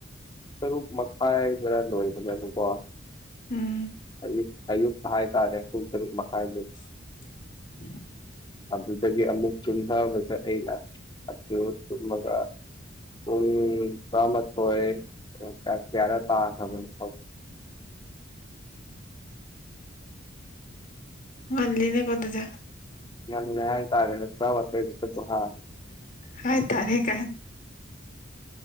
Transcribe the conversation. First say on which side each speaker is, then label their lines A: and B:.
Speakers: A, on the left (about 20°); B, on the left (about 40°).
A: ꯇꯔꯨꯛ ꯃꯈꯥꯏꯗꯔ ꯂꯣꯏꯕꯅꯦꯕꯀꯣ
B: ꯎꯝ
A: ꯑꯌ ꯑꯌꯨꯛꯇꯛꯇ ꯍꯥꯏ ꯇꯥꯔꯦ ꯄꯨꯡ ꯇꯨꯛ ꯃꯈꯥꯏꯗꯩ
B: <inaudible>
A: ꯑꯗꯨꯗꯒꯤ ꯑꯃꯨꯛ ꯇꯨꯝꯊꯕꯁꯦ ꯑꯩꯅ ꯑꯗꯨ ꯇꯨꯝꯃꯒ ꯄꯨꯡ ꯇ꯭ꯔꯥꯃꯥꯊꯣꯏ ꯀꯌꯥ ꯀꯌꯥꯅꯣ ꯇꯥꯈꯔꯕꯅꯦ
B: ꯉꯜꯂꯤꯅꯦꯀꯣ ꯑꯗꯨꯗꯤ
A: ꯉꯜꯂꯦ ꯍꯥꯏꯇꯥꯔꯦ ꯇꯔꯥꯃꯥꯊꯣꯏ <unintelligible> ꯍꯥ
B: ꯍꯥꯏꯇꯥꯔꯦꯒꯥꯏꯅ